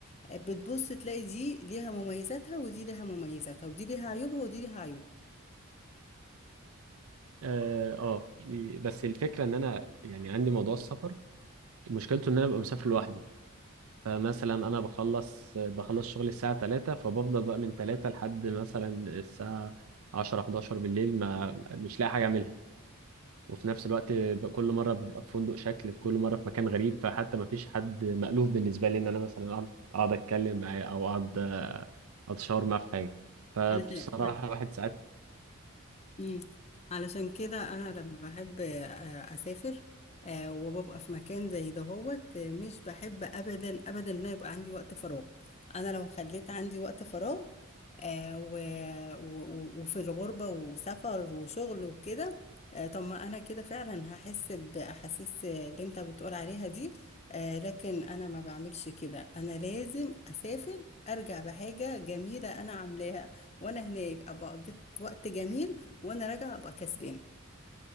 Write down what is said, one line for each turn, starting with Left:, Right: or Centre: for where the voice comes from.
Left: آه، بتبص تلاقي دي ليها مميزاتها ودي ليها مميزاتها ودي ليها عيوبها ودي ليها
Right: اه آه، بس الفكره ان انا يعني عندي موضوع السفر مشكلته ان انا ببقى مسافر لوحدي فمثلا انا بخلص بخلص شغل الساعة 3 فبفضل بقى من 3 لحد مثلا الساعة 10 11 بالليل ما مش لاقي حاجة اعملها وفي نفس الوقت ب- كل مرة ببقى في فندق شكل في كل مرة في مكان غريب فحتى ما فيش حد مألوف بالنسبة لي ان انا مثلا اقعد اقعد اتكلم معاه او اقعد آه، اتشاور معاه في حاجة فبصراحة
Left: عيوبها
Right: الواحد ساعات
Left: مم. علشان كده انا لما بحب آه، اسافر آه، وببقى في مكان زي دهوت آه، مش بحب ابدا ابدا ان أنا يبقى عندي وقت فراغ انا لو خليت عندي وقت فراغ آه، و... و... وفي الغربة وسفر وشغل وكده آه، طب ما انا كده فعلا هحس باحاسيس آه، اللي انت بتقول عليها دي آه، لكن انا ما بعملش كده انا لازم اسافر ارجع بحاجة جميلة انا عاملاها وانا هناك ابقى قضيت وقت جميل وانا راجعه ابقى كسبان